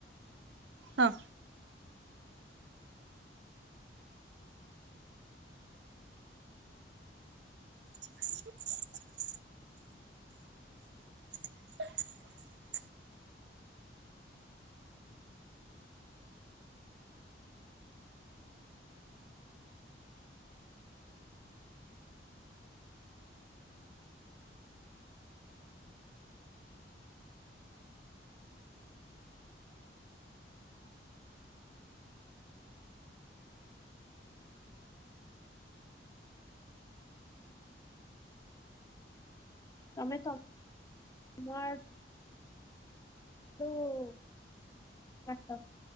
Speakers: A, on the right (about 70°); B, on the left (about 20°).
A: ହଁ। <inaudible> <inaudible>
B: ତମେ ତ <unintelligible> ଉଁ <unintelligible>